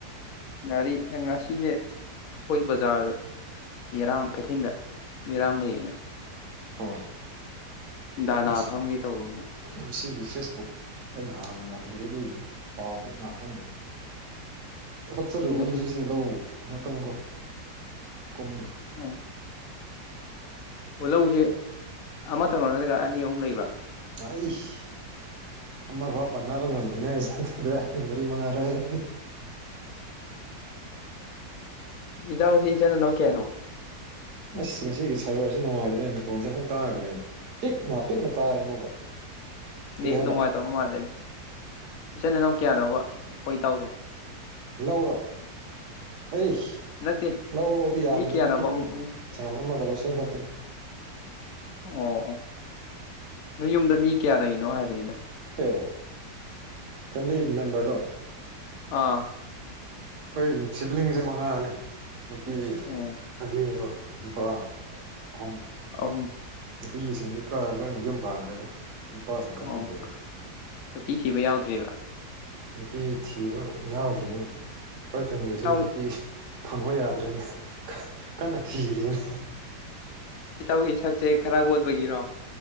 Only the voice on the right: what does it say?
ꯑꯣ
ꯃꯁꯤ
ꯉꯁꯤꯒꯤ ꯐꯦꯁꯕꯨꯛ ꯑꯩ ꯍꯥꯡꯅ ꯉꯗ꯭ꯒꯦ ꯄꯥꯎꯗꯣ ꯀꯌꯥ ꯈꯪꯗꯕ ꯊꯕꯛ ꯆꯠꯂꯕꯒ
ꯉꯁꯤꯁꯦ ꯂꯧ ꯉꯥꯛꯇꯪꯀꯣ ꯀꯨꯝꯕ
ꯑꯩꯁ ꯑꯃꯥ ꯐꯥꯎ ꯄꯟꯅꯕ ꯉꯝꯗ꯭ꯔꯤꯉꯩꯁꯤꯗ ꯑꯗꯨ ꯃꯔꯤ ꯃꯉꯥꯔꯣꯏ
ꯑꯁ ꯉꯁꯤꯒꯤ ꯁꯥꯔꯚꯔꯁꯦ ꯅꯨꯡꯉꯥꯏꯗꯅꯦꯩꯅ ꯐꯣꯟꯁꯦ ꯑꯃꯨꯛ ꯇꯥꯗ꯭ꯔꯦꯅꯦ ꯄꯤꯛꯅ ꯄꯤꯛꯅ ꯇꯥꯔꯦ ꯑꯃꯨꯛꯀ ꯀꯔꯤ
ꯍꯥꯏꯕ
ꯂꯧꯔꯣ ꯑꯩꯁ
ꯂꯥꯛꯎ ꯑꯗꯨꯗꯤ ꯌꯥꯝꯗꯦꯅ
ꯄꯤꯛꯀꯤꯦꯗ
ꯁꯪꯉꯝ ꯑꯃꯒ ꯂꯧꯁꯦꯡ ꯈꯛꯇꯅ
ꯑꯦ ꯐꯦꯃꯂꯤ ꯃꯦꯝꯕꯔꯔꯣ
ꯑꯩꯈꯣꯏ ꯁꯤꯕ꯭ꯂꯤꯡꯁꯦ ꯃꯉꯥꯅꯦ ꯅꯨꯄꯤ
ꯑꯅꯤꯀꯣ ꯅꯨꯄꯥ ꯑꯍꯨꯝ
ꯅꯨꯄꯤꯁꯤꯡꯗꯤ ꯈꯔꯥ ꯂꯣꯏꯅ ꯌꯨꯝ ꯄꯥꯟꯈ꯭ꯔꯦꯗ ꯅꯨꯄꯥꯁꯤꯡ ꯈꯛꯇ
ꯂꯩꯔꯦ
ꯅꯨꯄꯤ ꯊꯤꯕ ꯌꯥꯎꯗ꯭ꯔꯤꯅꯦ ꯈꯣꯏ ꯐꯦꯃꯤꯂꯤ
ꯅꯨꯄꯤ ꯐꯪꯉꯣ ꯌꯥꯗ꯭ꯔꯦꯅꯦ ꯀꯟꯅ ꯊꯤꯔꯤꯅꯦ